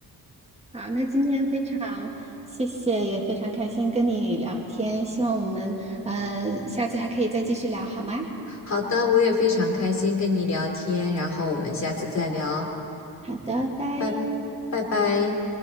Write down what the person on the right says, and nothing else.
好，那今天非常谢谢，也非常开心跟你聊天，希望我们呃下次还可以再继续聊，好吗？
好的，拜。